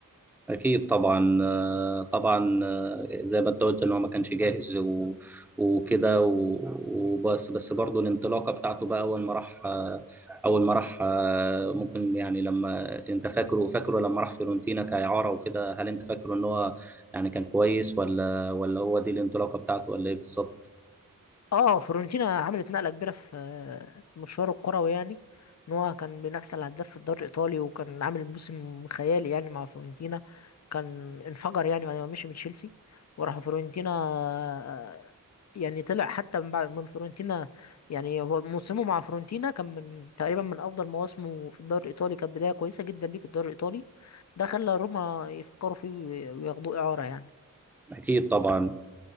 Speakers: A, in the centre; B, on the left (about 55°).
A: اكيد طبعا آه، طبعا آه، زي ما انت قلت ان هو ما كانش جاهز و... وكده و... وبس بس برضه الانطلاقه بتاعته بقى اول ما راح آه، اول ما راح آه، ممكن يعني لما انت فاكره فاكره لما راح فيورنتينا كاعاره وكده هل انت فاكره ان هو يعني كان كويس ولا ولا هو دي الانطلاقه بتاعته ولا ايه بالظبط
B: اه فيورنتينا عملت نقله كبيره في في مشواره الكروي يعني ان هو كان بينافس على الهداف في الدوري الايطالي وكان عامل موسم خيالي يعني مع فيورنتينا كان انفجر يعني بعد ما مشي من تشيلسي وراح فيورنتينا آه، يعني طلع حتى من بعد من فيورنتينا يعني هو موسمه مع فيورنتينا كان من تقريبا من افضل مواسمه في الدوري الايطالي كانت بدايه كويسه جدا ليه في الدوري الايطالي ده خلى روما يفكروا فيه وياخدوه اعاره يعني
A: اكيد طبعا